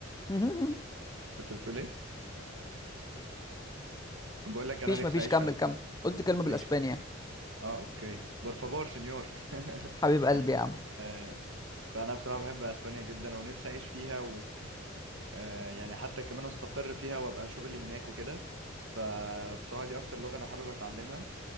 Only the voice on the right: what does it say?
كنت بتقول ايه كنت بقول لك
انا نفسي
اعيش
في أسبانيا.
ماشي
اه اوكي بور فابور سنيور
<laughs>
آه، فانا بصراحه بحب اسبانيا جدا ونفسي اعيش فيها آه، يعني حتى كمان استقر فيها وابقى شغلي هناك وكده فبصراحه دي اكتر لغه انا حابب اتعلمها